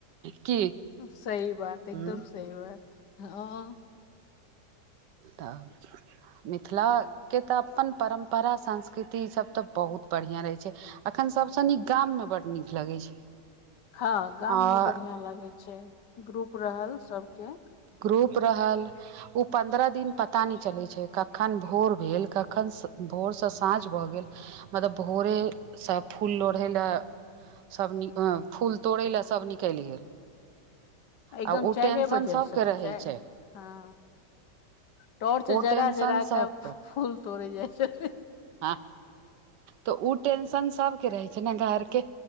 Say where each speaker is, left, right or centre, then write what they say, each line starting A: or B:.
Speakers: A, on the right (about 80°); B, on the left (about 75°).
A: की
B: सही बात एकदम
A: हूँ
B: सही बात हँ
A: तब मिथिलाके तऽ अपन परम्परा संस्कृति ईस तऽ बहुत बढ़िआँ रहै छै एखन सभसँ नीक गाममे बड्ड नीक लगैत छै
B: हँ गाम
A: आ
B: में बढ़िया लागे छै ग्रुप रहल सबके
A: ग्रुप रहल ओ पन्द्रह दिन पता नहि चलैत छै कखन भोर भेल कखन भोरसँ साँझ भऽ गेल मतलब भोरेसँ फूल लोढ़य लए सब नि फूल तोड़ै लए सब निकलि गेल
B: एकदम
A: आ ओ
B: चायरे
A: टेंशन
B: बजेस
A: सबके
B: चाय
A: रहै छै
B: हँ टॉर्च
A: ओ
B: जरा
A: टेंशन
B: जरा
A: सबके
B: के फूल तोड़े जाय छै
A: हँ तऽ ओ टेंशन सबके रहै छै ने घर के